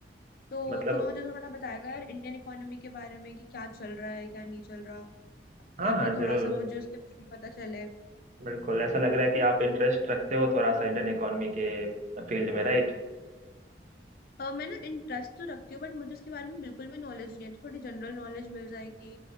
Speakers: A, on the left; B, on the right.
A: तो
B: मतलब
A: तू मुझे थोड़ा बताएगा यार इंडियन इकोनॉमी के बारे में कि क्या चल रहा है क्या नहीं चल रहा
B: हाँ
A: ताकि
B: हाँ जरूर
A: थोड़ा सा मुझे उसके बारे में पता चले
B: बिल्कुल ऐसा लग रहा है कि आप इंटरेस्ट रखते हो थोड़ा सा इंडियन इकोनॉमी के फील्ड में राइट
A: अ, मैं ना इंटरेस्ट तो रखती हूँ बट मुझे उसके बारे में बिल्कुल भी नॉलेज नहीं है तो थोड़ी जनरल नॉलेज मिल जाएगी